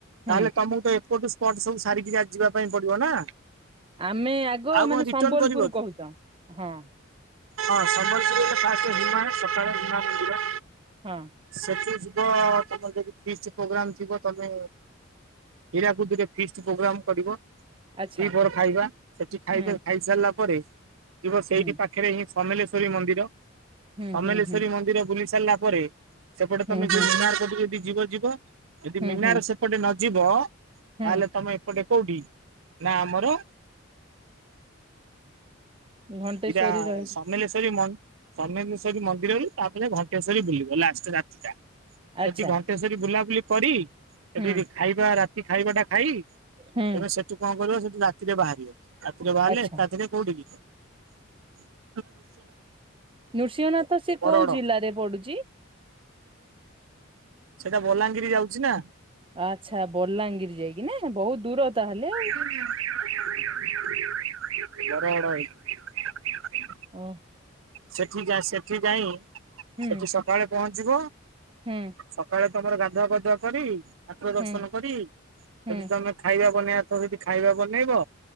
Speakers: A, on the right; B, on the right.
A: ହୁଁ
B: ତାହେଲେ ତମକୁ ତ ଏପଟୁ ସ୍ପଟ ସବୁ ସାରିକି ଯାଇ ଯିବା ପାଇଁ ପଡିବ ନା।
A: ଆମେ ଆଗ
B: ଆଉ କଣ
A: ମାନେ
B: ରିଟର୍ଣ
A: ସମ୍ବଲପୁର
B: କରିବ କି?
A: କହୁଛ ହଁ।
B: ହଁ ସମଲପୁରୀ ତ ତା ହିମା ସକାଳ ହିମା ମନ୍ଦିର
A: ହଁ
B: ସେଠି ଯିବ ତମର ଯଦି ଫିଷ୍ଟ୍ ପ୍ରୋଗ୍ରାମ ଥିବ ତମେ ହୀରାକୁଦରେ ଫିଷ୍ଟ ପ୍ରୋଗ୍ରାମ କରିବ।
A: ଆଚ୍ଛା
B: ଦି ପହର ଖାଇବା ସେଠି ଖାଇବା
A: ହୁଁ
B: ଖାଇସାରିଲା ପରେ ଯିବ ସେଇଠି
A: ହୁଁ
B: ପାଖରେ ହିଁ ସମଲେଶ୍ଵରୀ ମନ୍ଦିର
A: ହୁଁ
B: ସମଲେଶ୍ଵରୀ
A: ହୁଁ ହୁଁ
B: ମନ୍ଦିର ବୁଲି ସାରିଲା ପରେ ସେପଟୁ
A: ହୁଁ
B: ତମେ ଯଦି
A: ହୁଁ
B: ମିନାର ପଟେ ଯଦି ଯିବ ଯିବ ଯଦି
A: ହୁଁ
B: ମିନାର
A: ହୁଁ
B: ସେପଟେ ନ ଯିବ।
A: ହୁଁ
B: ତାହେଲେ ତମେ ଏପଟେ କୋଉଠି ନା ଆମର
A: ଘଣ୍ଟେଶ୍ଵରୀ
B: ହିରା
A: ରହିଲେ
B: ସମଲେଶ୍ୱରୀ ମନ୍ ସମଲେଶ୍ୱରି ମନ୍ଦିରରୁ ତାପରେ ଘଣ୍ଟେଶ୍ଵରୀ ବୁଲିବ ଲାଷ୍ଟ ରାତିଟା। ସେଠି
A: ଆଚ୍ଛା
B: ଘଣ୍ଟେଶ୍ଵରୀ ବୁଲାବୁଲି କରି ସେଠି
A: ହୁଁ
B: ଖାଇବା ରାତି ଖାଇବା ଟା ଖାଇ।
A: ହୁଁ
B: ତେବେ ସେଠୁ କଣ କରିବ ସେଠୁ ରାତିରେ ବାହାରିବ ରାତିରେ ବାହାରିଲେ
A: ଆଚ୍ଛା
B: ରାତିରେ କୋଉଠି କି ହ <unintelligible>
A: ନୃସିଂହନାଥ ସେ
B: ବରଗଡ।
A: କୋଉ ଜିଲ୍ଲାରେ ପଡୁଛି?
B: ସେଇଟା ବଲାଙ୍ଗିରି ଯାଉଛି ନା।
A: ଆଚ୍ଛା ବଲାଙ୍ଗୀର ଯାଇକି ନା ବହୁତ ଦୂର। ତାହେଲେ
B: <unintelligible>
A: ଆଉ ଓ
B: ସେଠି ଯା ସେଠି ଯାଇ
A: ହୁଁ
B: ସେଠି ସକାଳେ ପହଞ୍ଚିବ।
A: ହୁଁ।
B: ସକାଳେ ତମର ଗାଧୁଆ ପାଧୁଆ କରି ଠାକୁର ଦର୍ଶନ
A: ହୁଁ
B: କରି
A: ହୁଁ
B: ଯଦି ତମେ ଖାଇବା ବନେଇଆ ହ ଯଦି ଖାଇବା ବନେଇବ